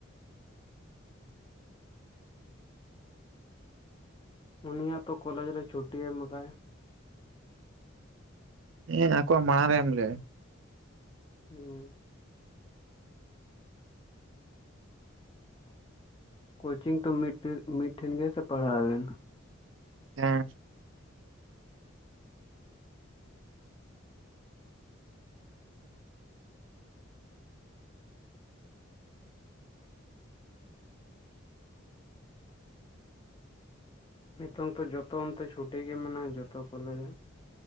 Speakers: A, on the left (about 25°); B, on the right (about 70°).
A: ᱩᱱᱟᱜᱛᱚ ᱠᱚᱞᱮᱡᱽ ᱨᱮ ᱪᱷᱩᱴᱤ ᱮᱢ ᱠᱟᱭ
B: ᱦᱮᱸ ᱟᱠᱚᱣᱟᱜ ᱢᱟᱲᱟᱝ ᱨᱮᱢ ᱞᱟᱹᱭ
A: ᱦᱮᱸ ᱠᱳᱪᱤᱝ ᱛᱚ ᱢᱤᱫ ᱴᱷᱮᱱ ᱜᱮᱥᱮ ᱯᱟᱲᱦᱟᱣ ᱟᱵᱮᱱ
B: ᱦᱮᱸ
A: ᱱᱤᱛᱚᱝ ᱛᱚ ᱡᱚᱛᱚ ᱚᱱᱛᱮ ᱪᱷᱩᱴᱤ ᱜᱮ ᱢᱮᱱᱟᱜᱼᱟ ᱡᱚᱛᱚ ᱠᱚᱞᱮᱡᱽ